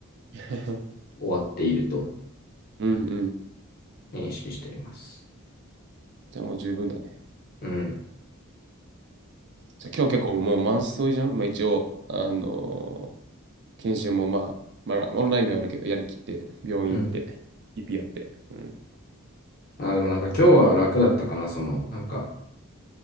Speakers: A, on the right (about 55°); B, on the left (about 45°).
A: <laughs>
B: 終わっていると
A: うんうん。
B: 認識しています。
A: じゃあもう十分だね。
B: うん。
A: じゃあ今日結構もう満載じゃん。まあ一応、あのー研修もまあ、まあ、オンラインではあるけど、やりきって、病院行って、
B: うん。
A: PP やって。うん。
B: あ、でもなんか今日は楽だったかな。その、なんか、